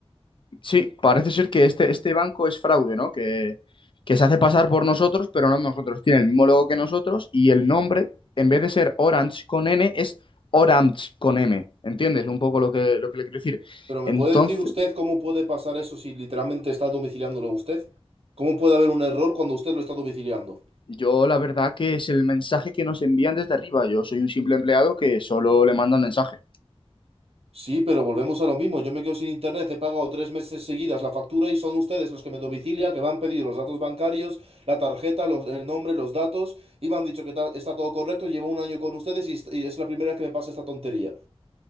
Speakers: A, on the left (about 55°); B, on the right (about 70°).
A: Sí, parece ser que este, este banco es fraude, ¿no? Que, que se hace pasar por nosotros, pero no nosotros. Tiene el mismo logo que nosotros y el nombre, en vez de ser Orange con N, es Orange con M. ¿Entiendes? Un poco lo que, lo que le quiero decir.
B: Pero ¿me
A: Entonces,
B: puede decir usted cómo puede pasar eso si literalmente está domiciliándolo usted? ¿Cómo puede haber un error cuando usted lo está domiciliando?
A: yo la verdad que es el mensaje que nos envían desde arriba. Yo soy un simple empleado que solo le mandan mensajes.
B: Sí, pero volvemos a lo mismo. Yo me quedo sin internet, he pagado tres meses seguidas la factura y son ustedes los que me domicilian, que me han pedido los datos bancarios, la tarjeta, los- el nombre, los datos y me han dicho que ta- está todo correcto. Llevo un año con ustedes y, est- y es la primera vez que me pasa esta tontería. O